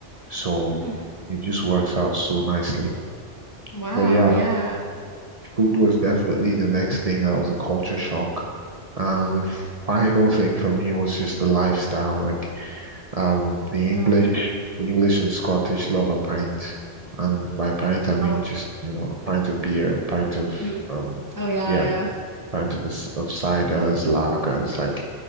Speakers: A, on the right (about 40°); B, on the left (about 20°).
A: So
B: Mm.
A: it just works out so nicely.
B: Wow.
A: But yeah,
B: Yeah.
A: food was definitely the next thing that was a culture shock. And the
B: Mm.
A: final thing for me was just the lifestyle. Like um,
B: Oh, lifestyle,
A: the English,
B: okay.
A: the English and Scottish love a pint. And by pint, I mean
B: Oh,
A: just, you know, a pint of beer, a pint of
B: mm.
A: um,
B: Oh, yeah.
A: yeah
B: Yeah.
A: pint of, s- of ciders, lagers, like